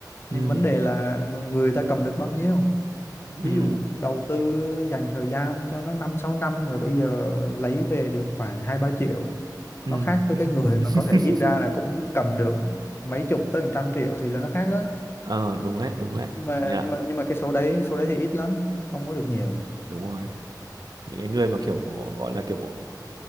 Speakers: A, on the left; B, on the right.
A: nhưng
B: ừ
A: vấn đề là người ta cầm được bao nhiêu ví
B: ừ
A: dụ đầu tư dành thời gian cho nó 5 6 năm rồi bây giờ lấy về được khoảng hai ba triệu
B: ừ
A: nó khác với
B: <laughs>
A: cái người mà có thể ít ra là cũng cầm được mấy chục tới hàng trăm triệu thì là nó khác đó
B: Ờ, đúng đấy đúng đấy
A: nhưng mà
B: dạ
A: nhưng mà nhưng mà cái số đấy số đấy thì ít lắm không có được nhiều
B: đúng rồi những cái người mà kiểu gọi là kiểu